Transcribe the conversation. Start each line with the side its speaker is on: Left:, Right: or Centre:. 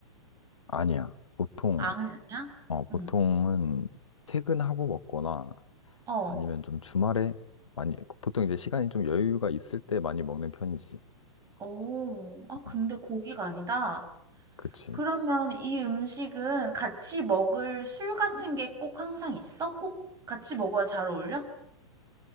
Left: 아니야. 보통,
Right: 아니야?
Left: 어, 보통은
Right: 응.
Left: 퇴근하고 먹거나
Right: 어.
Left: 아니면 좀 주말에 많이, 보통 이제 시간이 좀 여유가 있을 때 많이 먹는 편이지.
Right: 오. 아,
Left: 어,
Right: 근데 고기가 아니다.
Left: 그치.
Right: 그러면 이 음식은 같이 먹을 술 같은 게 꼭 항상 있어? 꼭 같이 먹어야 잘 어울려?